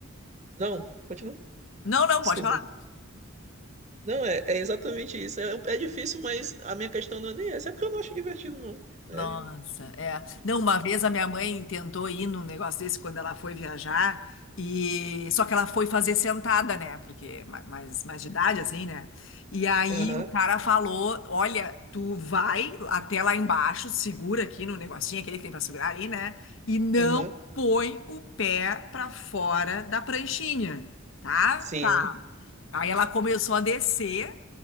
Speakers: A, on the right (about 35°); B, on the left (about 60°).
A: Não, continua.
B: Não, não,
A: Desculpa.
B: pode falar.
A: Não, é, é exatamente isso. É, é difícil, mas a minha questão não é nem essa, é porque eu não acho divertido, não.
B: Nossa,
A: É.
B: é. Não, uma vez a minha mãe tentou ir num negócio desse quando ela foi viajar, e só que ela foi fazer sentada, né? Porque é ma- mais, mais de idade, assim, né? E aí
A: Aham,
B: o cara falou: Olha, tu vai até lá embaixo, segura aqui no negocinho, aquele que tem pra segurar ali, né? E não
A: aham.
B: põe o pé pra fora da pranchinha, tá?
A: Sim.
B: Aí ela começou a descer,